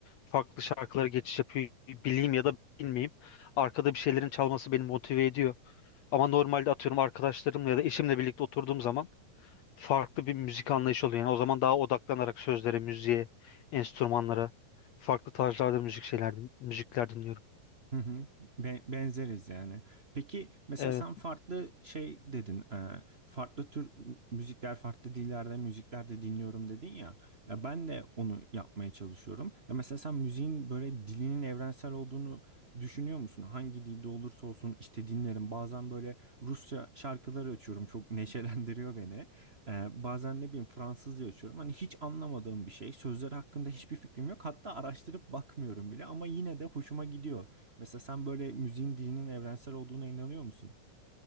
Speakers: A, on the left (about 70°); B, on the right (about 45°).
A: Farklı şarkılara geçiş yapıyor. Bileyim ya da bilmeyeyim. Arkada bir şeylerin çalması beni motive ediyor. Ama normalde atıyorum arkadaşlarımla ya da eşimle birlikte oturduğum zaman farklı bir müzik anlayışı oluyor. Yani o zaman daha odaklanarak sözlere, müziğe, enstrümanlara, farklı tarzlarda müzik şeyler, müzikler dinliyorum.
B: Hı hı. Be- benzeriz yani. Peki mesela
A: Evet.
B: sen farklı şey dedin. e, farklı tür müzikler, farklı dillerde müzikler de dinliyorum dedin ya. Ya ben de onu yapmaya çalışıyorum. Ya mesela sen müziğin böyle dilinin evrensel olduğunu düşünüyor musun? Hangi dilde olursa olsun işte dinlerim. Bazen böyle Rusça şarkılar açıyorum. Çok <laughs> neşelendiriyor beni. E, bazen ne bileyim Fransızca açıyorum. Hani hiç anlamadığım bir şey. Sözleri hakkında hiçbir fikrim yok. Hatta araştırıp bakmıyorum bile ama yine de hoşuma gidiyor. Mesela sen böyle müziğin dinin evrensel olduğuna inanıyor musun?